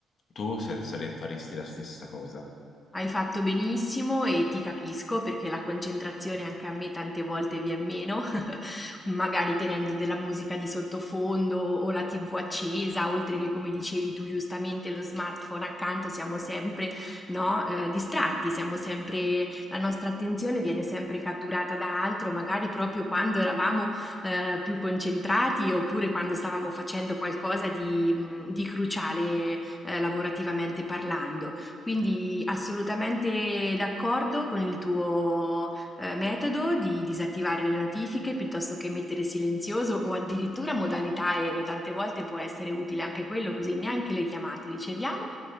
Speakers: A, on the left (about 55°); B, on the left (about 15°).
A: Tu se- sare- faresti la stessa cosa?
B: Hai fatto benissimo e ti capisco perché la concentrazione anche a me tante volte viene meno, <laughs> magari tenendo della musica di sottofondo o la TV accesa, oltre che come dicevi tu giustamente lo smartphone accanto, siamo sempre, no, eh, distratti, siamo sempre, la nostra attenzione viene sempre catturata da altro, magari proprio quando eravamo eh, più concentrati oppure quando stavamo facendo qualcosa di, di cruciale eh, lavorativamente parlando. Quindi assolutamente d'accordo con il tuo eh, metodo di disattivare le notifiche piuttosto che mettere silenzioso o addirittura modalità aereo. Tante volte può essere utile anche quello, così neanche le chiamate riceviamo.